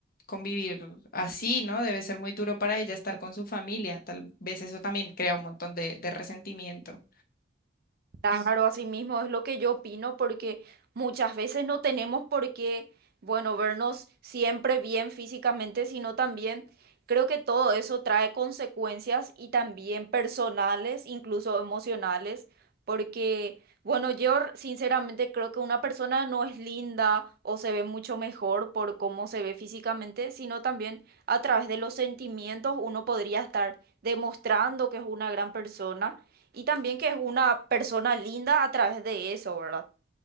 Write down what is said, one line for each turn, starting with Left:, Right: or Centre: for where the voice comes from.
Left: convivir así, ¿no? Debe ser muy duro para ella estar con su familia. Tal vez eso también crea un montón de, de resentimiento.
Right: Claro, así mismo es lo que yo opino, porque muchas veces no tenemos por qué, bueno, vernos siempre bien físicamente, sino también creo que todo eso trae consecuencias y también personales, incluso emocionales, porque, bueno, yo r- sinceramente creo que una persona no es linda o se ve mucho mejor por cómo se ve físicamente, sino también a través de los sentimientos uno podría estar demostrando que es una gran persona. Y también que es una persona linda a través de eso, ¿verdad?